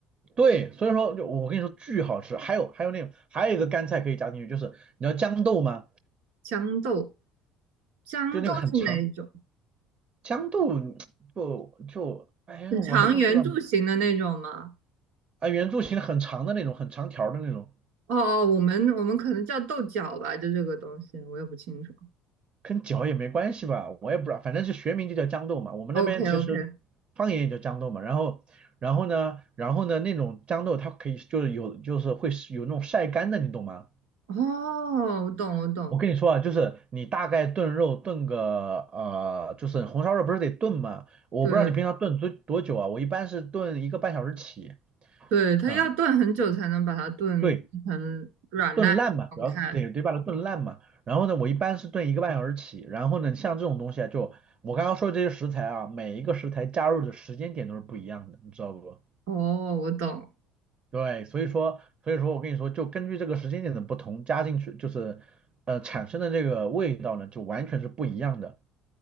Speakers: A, on the right; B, on the right.
A: 对，所以说就我跟你说巨好吃，还有还有那种还有一个干菜可以加进去，就是你知道豇豆吗？
B: 豇豆，豇豆是哪一种？
A: 就那个很长豇豆就就哎呀，
B: 很长圆柱形的那种吗？
A: 我还真不知道啊，圆柱形的很长的那种，很长条的那种，
B: 哦哦，我们我们可能叫豆角吧，就这个东西，我也不清楚。
A: 跟脚也没关系吧？我也不知道，反正是学名就叫豇豆嘛，我们那边其实方言也叫豇豆嘛。
B: OK OK，
A: 然后然后呢，然后呢那种豇豆它可以就是有就是会是有那种晒干的，你懂吗？
B: 哦，我懂我懂，
A: 我跟你说啊，就是你大概炖肉炖个呃，就是红烧肉不是得炖吗？我不知道你平常炖多多久啊，
B: 对。
A: 我一般是炖一个半小时起，
B: 对，它要炖很久才能把它炖成软烂的状态。
A: 嗯，对，炖烂嘛，主要是得得把它炖烂嘛。然后呢，我一般是炖一个半小时起，然后呢，像这种东西啊，就我刚刚说的这些食材啊，每一个食材加入的时间点都是不一样的，你知道不？
B: 哦，我懂。
A: 对，所以说，所以说我跟你说，就根据这个时间点的不同，加进去就是，呃，产生的这个味道呢，就完全是不一样的。